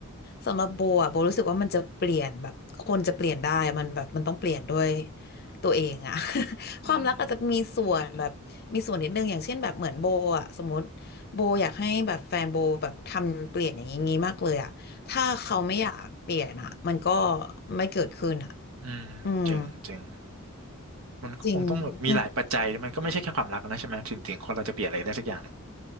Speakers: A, on the left; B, on the right.
A: สำหรับโบอ่ะโบรู้สึกว่ามันจะเปลี่ยนแบบคนจะเปลี่ยนได้อะมันแบบมันต้องเปลี่ยนด้วยตัวเองอะ <laughs>
B: อืม
A: ความรักอาจจะมีส่วนแบบมีส่วนนิดนึงอย่างเช่นแบบเหมือนโบอะสมมติโบอยากให้แบบแฟนโบแบบทำเปลี่ยนอย่างงี้มากเลยอะถ้าเขาไม่อยากเปลี่ยนอะมันก็ไม่เกิดขึ้นอะ
B: อืมจริงจริง
A: อืม
B: มันก็คงต้องแบบมีหลายปัจจัยมันก็ไม่ใช่แค่ความรักนะใช่ไหมถึงถึงคนเราจะเปลี่ยนอะไรได้สักอย่าง
A: จริงอืม